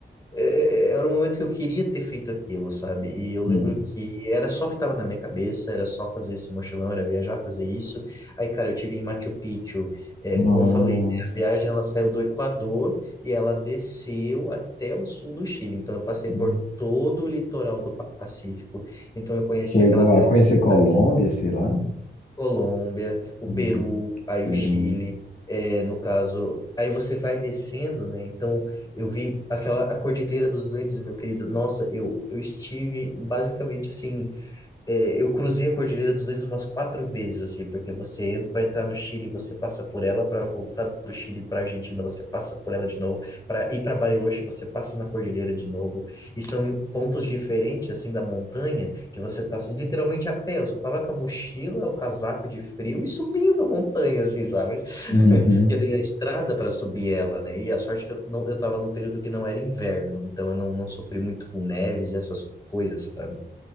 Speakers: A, on the left; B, on the left.
A: é, é, é, era um momento que eu queria ter feito aquilo, sabe? E eu lembro
B: Uhum.
A: que era só o que estava na minha cabeça, era só fazer esse mochilão, era viajar, fazer isso. Aí, cara, eu tive em Machu Picchu, é, como
B: Nossa.
A: eu falei, né? A viagem ela saiu do Equador e ela desceu até o sul do Chile. Então, eu passei
B: Hum.
A: por todo o litoral do Pacífico. Então, eu conheci
B: Chegou
A: aquelas grandes
B: a conhecer Colômbia,
A: cidades.
B: sei lá.
A: Colômbia, o
B: Hum,
A: Peru, aí
B: Peru.
A: o Chile, é, no caso, aí você vai descendo, né? Então, eu vi aquela a Cordilheira dos Andes, meu querido. Nossa, eu, eu estive basicamente assim é, eu cruzei a Cordilheira dos Andes umas quatro vezes, assim, porque você entra para entrar no Chile, você passa por ela, para voltar do Chile para Argentina, você passa por ela de novo, para ir para Bariloche, você passa na Cordilheira de novo, e são pontos diferentes, assim, da montanha, que você tá literalmente a pé, eu só tava com a mochila, o casaco de frio e subindo a montanha, assim, sabe? <laughs>
B: Uhum.
A: Porque tem a estrada para subir ela, né? E a sorte que eu, não, eu tava num período que não era inverno, então eu não, não sofri muito com neves, essas coisas, sabe?